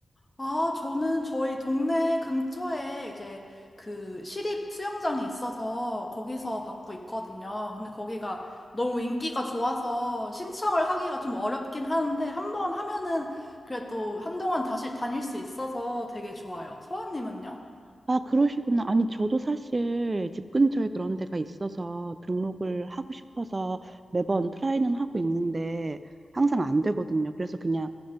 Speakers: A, on the left (about 25°); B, on the right (about 40°).
A: 아, 저는 저희 동네 근처에 이제 그 시립 수영장이 있어서 거기서 받고 있거든요. 근데 거기가 너무 인기가 좋아서 신청을 하기가 좀 어렵긴 하는데 한번 하면은 그래도 한동안 다시 다닐 수 있어서 되게 좋아요. 서원님은요?
B: 아, 그러시구나. 아니, 저도 사실 집 근처에 그런 데가 있어서 등록을 하고 싶어서 매번 트라이는 하고 있는데 항상 안 되거든요. 그래서 그냥